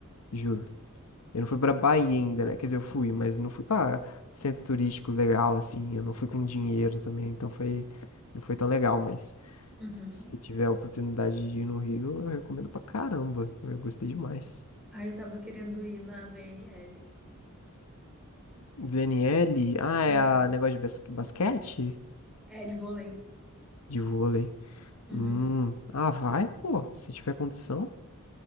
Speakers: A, on the left; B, in the centre.
A: juro. Eu não fui pra Bahia ainda, né? Quer dizer, eu fui, mas não fui pra centro turístico legal, assim. Eu não fui com dinheiro também, então foi. Não foi tão legal, mas
B: Uhum.
A: se tiver a oportunidade de ir no Rio, eu recomendo pra caramba. Eu gostei demais.
B: Aí eu tava querendo ir na VNL.
A: VNL? Ah,
B: Uhum.
A: é a negócio de bas- basquete?
B: É de vôlei.
A: de vôlei.
B: Uhum.
A: Hum. Ah, vai, pô, se tiver condição.